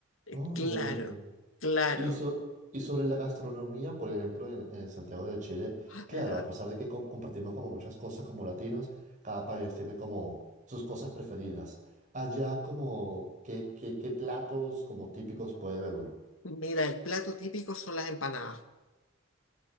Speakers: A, on the left; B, on the right.
A: Eh,
B: Oh,
A: claro,
B: ya veo, ya veo.
A: claro.
B: Y, so- y sobre la gastronomía, por ejemplo, en, en Santiago de Chile,
A: Eh,
B: claro, a pesar de que com- compartimos como muchas cosas como latinos, cada país tiene como sus cosas preferidas. Allá como, ¿qué, qué, qué platos como típicos puede ver uno?
A: Mira, el plato típico son las empanadas.